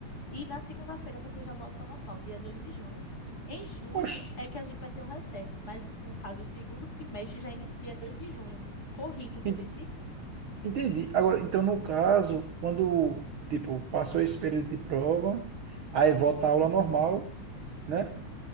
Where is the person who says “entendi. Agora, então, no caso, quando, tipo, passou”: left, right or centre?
Right